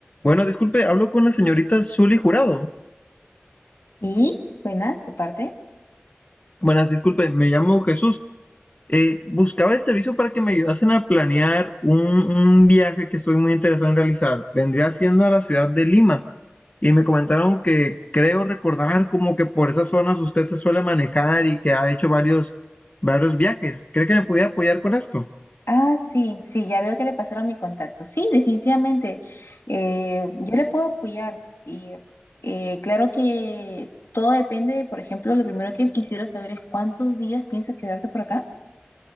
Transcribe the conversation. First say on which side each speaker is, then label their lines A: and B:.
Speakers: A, on the left; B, on the left.
A: Bueno, disculpe, hablo con la señorita Zully Jurado.
B: Sí, buena, de parte.
A: Buenas, disculpe, me llamo Jesús. Eh, buscaba el servicio para que me ayudasen a planear un, un viaje que estoy muy interesado en realizar. Vendría siendo a la ciudad de Lima y me comentaron que creo recordar como que por esas zonas usted se suele manejar y que ha hecho varios, varios viajes. ¿Cree que me podía apoyar con esto?
B: Ah, sí, sí, ya veo que le pasaron mi contacto. Sí, definitivamente. eh, yo le puedo apoyar. Y eh, claro que todo depende por ejemplo, lo primero que quisiera saber es cuántos días piensa quedarse por acá.